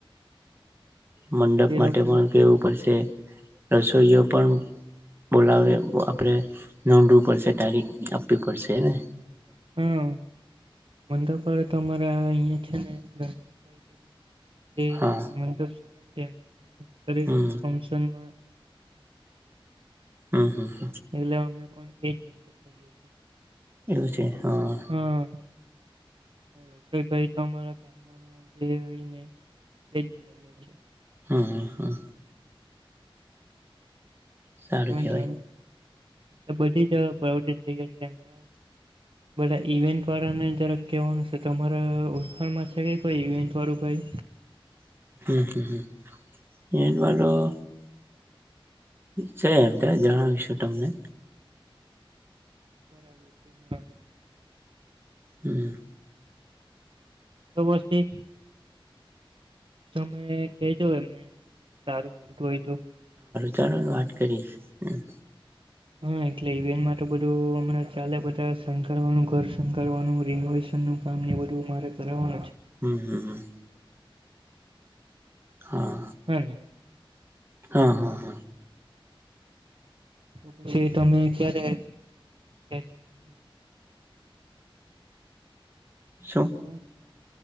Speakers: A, on the right; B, on the right.
A: મંડપ
B: છે તે
A: માટે
B: લોકો
A: પણ કેવું પડશે, રસોઈઓ પણ બોલાવે આપણેે નોંધવું પડશે તારીખ આપવી પડશેને?
B: હા મંડપ વાળો તો અમારા અહિયાં છે ને ધનસુખભાઈ કરીને તેના
A: હા
B: મંડપ સારા છે અને અમારા ઘરે
A: હમ
B: દરેક ફંશનમાં
A: હમ્મ, હમ્મ.
B: એટલે અમે પણ એજ મંડપ કર્યું છે.
A: એવું છે હા
B: હા રસોઈભાઈ તો અમારા ગામમાં જે હોય ને એક જ બોલાવી્યા છે.
A: હમ્મ, હમ્મ હા. સારુ
B: હા
A: કેવાય.
B: બધી જ <unintelligible> એમ તો બધા ઈવેન્ટ વાળાને જરાક કહેવાનું છે તમારા ઓળખાણમાં છે કે કોઈ ઈવેન્ટ વાળું ભાઈ
A: <unintelligible> છે એમ જણાવીશું તમને
B: બરાબર છે હા હા
A: હમ
B: <unintelligible> તમે કેજો એમને સારું પડતું હોય તો
A: ચાલીને વાત કરીશ હમ
B: હા એટલે ઇવેટ માટે બધું હમણાં ચાલે બધા શકારનું ઘર સંકારવાનું રિનોવેશન નું કામ ને વધુ મારે કરવાવાનું છે
A: હમ હમ હા
B: હમ
A: હા હા હા
B: તો પછી તમે ક્યારે કેશો મને
A: શું
B: હા,